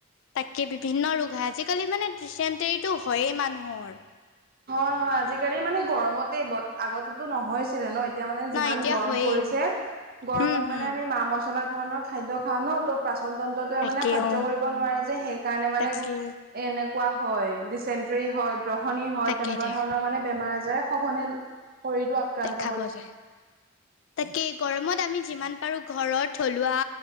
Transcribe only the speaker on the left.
তাতকে বিভিন্ন ৰোগ হয় আজিকালি মানে ৰিচেণ্টৰৰিো হয়েই মানুহৰ
নাই
এতিয়া
হয়েই
হুম হুম
তাকে
অ
তাকে
তাকে
দে
দেখা পোৱা যায়। তাকে গৰমত আমি যিমান পাৰো ঘৰৰত থলুৱা